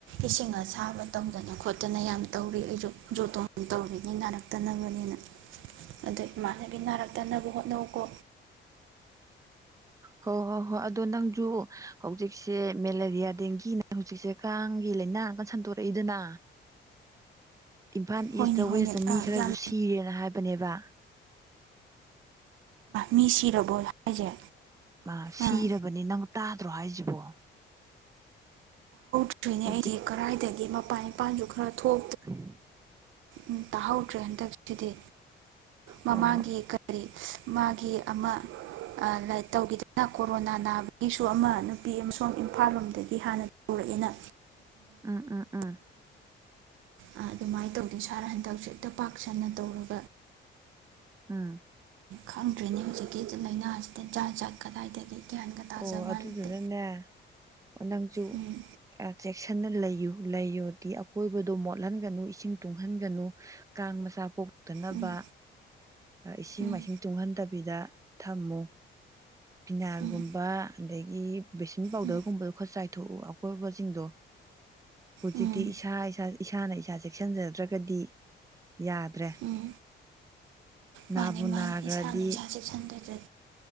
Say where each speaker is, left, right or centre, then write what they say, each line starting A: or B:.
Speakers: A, on the right; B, on the right.
A: ꯏꯁꯤꯡ ꯑꯁꯥꯕ ꯇꯧꯗꯅ ꯈꯣꯠꯇꯅ ꯌꯥꯝ ꯇꯧꯔꯤ ꯑꯩꯁꯨ ꯌꯨꯇꯣꯡ ꯇꯧꯔꯤꯅꯤ ꯅꯥꯔꯛꯇꯅꯕꯅꯤꯅ ꯑꯗ ꯏꯃꯥꯟꯅꯕꯤ ꯅꯥꯔꯛꯇꯅꯕꯕꯨ ꯅꯣꯛꯀꯣ
B: ꯍꯣꯏ ꯍꯣꯏ ꯍꯣꯏ ꯑꯗꯣ ꯅꯪꯁꯨ ꯍꯧꯖꯤꯛꯁꯦ ꯃꯦꯂꯦꯔꯤꯌꯥ ꯗꯦꯡꯒꯤꯅ ꯍꯧꯖꯤꯛꯁꯦ ꯀꯥꯡꯒꯤ ꯂꯥꯏꯅꯥꯒ ꯁꯟꯗꯣꯔꯛꯏꯗꯅ ꯏꯝꯐꯥꯜ
A: ꯍꯣꯏꯅꯦ
B: ꯏꯁꯇ
A: ꯍꯣꯏꯅꯦ
B: ꯋꯦꯁꯇ ꯃꯤ
A: ꯑꯥ
B: ꯈꯔꯁꯨ
A: ꯌꯥꯝ
B: ꯁꯤꯔꯦꯅ ꯍꯥꯏꯕꯅꯦꯕ
A: ꯃꯤ ꯁꯤꯔꯕꯣ ꯍꯥꯏꯁꯦ
B: ꯑ ꯁꯤꯔꯕꯅꯤ
A: ꯑꯥ
B: ꯅꯪ ꯇ ꯗ꯭ꯔꯣ ꯍꯥꯏꯖꯤꯕꯣ
A: <unintelligible>
B: ꯍꯧꯖꯤꯛ
A: ꯀꯔꯥꯏꯗꯒꯤꯅꯣ ꯄꯥꯏ <unintelligible> ꯈꯔ ꯊꯣꯛ
B: <unintelligible>
A: ꯎꯝ ꯇꯥꯍꯧꯗ꯭ꯔꯦ ꯍꯟꯗꯛꯁꯤꯗꯤ ꯃꯃꯥꯡꯒꯤ
B: ꯑꯣ
A: ꯀꯔꯤ ꯒꯤ ꯑꯃ ꯂꯥꯏ ꯇꯧꯈꯤꯗꯅ ꯀꯣꯔꯣꯅꯥ ꯅꯥꯕꯒꯤꯁꯨ ꯑꯃ ꯅꯨꯄꯤ ꯑꯃꯁꯨꯡ ꯏꯝꯐꯥꯜ ꯂꯣꯝꯗꯒꯤ ꯍꯥꯟꯅ ꯍꯧꯔꯛꯑꯦꯅ
B: ꯑꯥ ꯎꯝ ꯎ
A: ꯑ ꯑꯗꯨꯃꯥꯏꯅ ꯇꯧꯗꯦ <inaudible> <inaudible> ꯄꯥꯛ ꯁꯟꯅ ꯇꯧꯔꯒ
B: ꯑꯝ
A: ꯈꯪꯗ꯭ꯔꯦꯅꯦ ꯍꯧꯖꯤꯛꯀꯤ ꯂꯥꯏꯅꯥꯁꯤꯗ ꯖꯥꯠ ꯖꯥ ꯀꯗꯥꯏꯗꯒꯤ ꯒ꯭ꯌꯥꯟꯒ ꯇꯥꯖꯕ
B: ꯑꯣ ꯑꯗꯨꯗꯨꯅꯅꯦ
A: ꯅꯠꯇꯦ
B: ꯅꯪꯁꯨ
A: ꯎꯝ
B: ꯆꯦꯛꯁꯤꯟꯅ ꯂꯩꯌꯨ ꯂꯩꯌꯣꯗꯤ ꯑꯀꯣꯏꯕꯗꯣ ꯃꯣꯠꯍꯟꯒꯅꯨ ꯏꯁꯤꯡ ꯇꯨꯡꯍꯟꯒꯅꯨ ꯀꯥꯡ ꯃꯆꯥ ꯄꯣꯛꯇꯅꯕ
A: ꯎꯝ
B: ꯏꯁꯤꯡ
A: ꯎꯝ
B: ꯃꯥꯏꯁꯤꯡ ꯇꯨꯡꯍꯟꯗꯕꯤꯗ ꯊꯝꯃꯣ ꯕꯤꯅꯥ ꯑꯗꯒꯤ
A: ꯎꯝ ꯎꯝ
B: ꯕꯁꯤꯡ ꯄꯥꯎꯗꯔꯒꯨꯝꯕꯗꯣ
A: ꯎꯝ
B: ꯈꯔ ꯆꯥꯏꯊꯣꯛꯎ ꯑꯀꯣꯏꯕꯁꯤꯡꯗꯣ ꯍꯧꯖꯤꯛꯇꯤ
A: ꯎꯝ
B: ꯏꯁꯥ ꯏꯁ ꯏꯁꯥꯅ ꯏꯁ ꯆꯦꯛꯁꯤꯟꯖꯗ꯭ꯔꯒꯗꯤ ꯌꯥ ꯗꯔꯦ
A: ꯎꯝ
B: ꯅꯥꯕꯨ
A: ꯃꯥꯅꯤ ꯃꯥꯅꯤ
B: ꯅꯥꯈ꯭ꯔꯗꯤ
A: ꯏꯁꯥꯅ ꯏꯁꯥ ꯆꯦꯛꯁꯤꯟꯗ꯭ꯔꯗꯤ